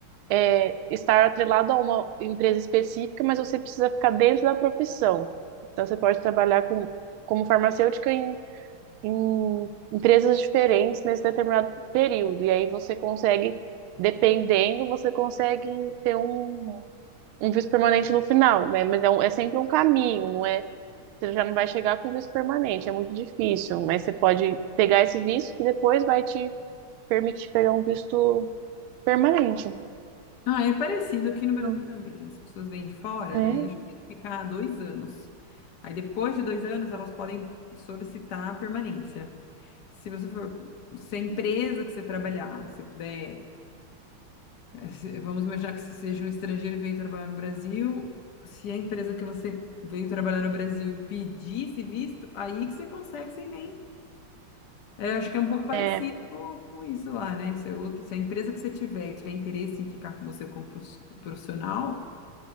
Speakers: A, on the right; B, on the left.
A: é, estar atrelado a uma empresa específica, mas você precisa ficar dentro da profissão. Então você pode trabalhar com, como farmacêutica em, em empresas diferentes nesse determinado período. E aí você consegue, dependendo, você consegue ter um um visto permanente no final, né? Mas é, um- é sempre um caminho, não é? Você já não vai chegar com visto permanente, é muito difícil, mas você pode pegar esse visto que depois vai te permitir pegar um visto permanente.
B: Ah, é parecido aqui no Brasil
A: Então,
B: também. As pessoas vêm de fora,
A: É,
B: daí acho que tem que ficar dois anos. Aí depois de dois anos elas podem solicitar a permanência. Se você for, se a empresa que você trabalhar, se puder, eh, se- vamos imaginar que você seja um estrangeiro e veio trabalhar no Brasil, se a empresa que você veio trabalhar no Brasil pedisse visto, aí que você consegue sem nem. Eu acho que é um pouco parecido
A: é,
B: com isso lá, né? Se, a outra- se a empresa que você tiver tiver interesse em ficar com você como prof- profissional